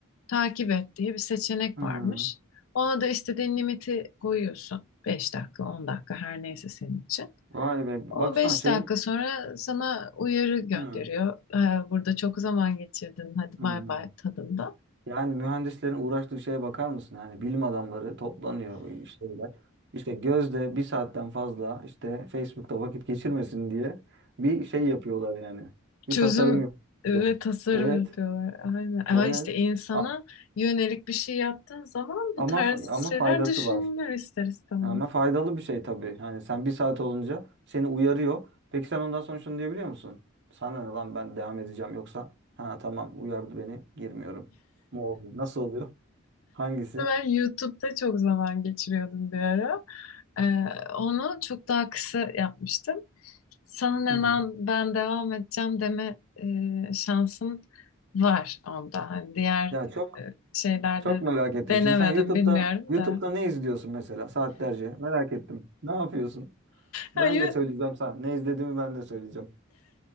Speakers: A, on the left; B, on the right.
A: takip et diye bir seçenek
B: Hı hı.
A: varmış. Ona da istediğin limiti koyuyorsun. beş dakika, 10 dakika her neyse senin için.
B: Vay be.
A: O
B: Baksana
A: 5
B: şeyin.
A: dakika sonra sana uyarı gönderiyor.
B: Hı.
A: "Ee, Burada çok zaman geçirdin. Hadi
B: Hı.
A: bay bay tadında.
B: Yani mühendislerin uğraştığı şeye bakar mısın? Yani bilim adamları toplanıyor işte böyle. İşte Gözde bir saatten fazla işte Facebook'ta vakit geçirmesin diye bir şey yapıyorlar yani. Bir
A: Çözüm
B: tasarım yapıyorlar.
A: ve tasarım
B: Evet,
A: yapıyorlar. Aynen. Ama
B: evet.
A: işte insana
B: A-
A: yönelik bir şey yaptığın zaman bu
B: ama
A: tarz
B: fa- ama
A: şeyler
B: faydası
A: düşünülür
B: var.
A: ister istemez.
B: Ama faydalı bir şey tabii. Hani sen bir saat olunca seni uyarıyor. Peki sen ondan sonra şunu diyebiliyor musun? Sana ne lan ben devam edeceğim yoksa ha tamam uyardı beni girmiyorum. Ne oluyor? Nasıl oluyor? Hangisi?
A: Ben YouTube'da çok zaman geçiriyordum bir ara. Ee, onu çok daha kısa yapmıştım. Sana
B: Hı
A: hemen
B: hı.
A: ben devam edeceğim deme e, şansın var onda. Hani diğer
B: Ya çok
A: e, şeylerde
B: Çok merak ettim.
A: denemedim
B: Şimdi sen YouTube'da
A: bilmiyorum
B: YouTube'da
A: da.
B: ne izliyorsun mesela saatlerce? Merak ettim. Ne yapıyorsun?
A: Hayır.
B: Ben de söyleyeceğim sana. Ne izlediğimi ben de söyleyeceğim.